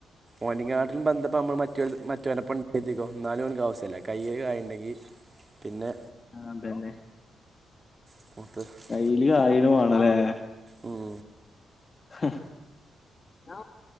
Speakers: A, on the right (about 35°); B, on the left (about 40°).
A: ഓന്റെങ്ങാട്ടിലും ബന്ധപ്പോ നമ്മള് മറ്റൊ മറ്റോലപ്പംണ്ട കര്തിക്കൊ ഇന്നാലും ഓൻകാസ്യ കയ്യില് കായിണ്ടങ്കി പിന്നെ
B: ആഹ് അതെന്നെ
A: ത്ത്
B: കയ്യില് കായിണ് മാണലേ
A: ഉം
B: ഹ അ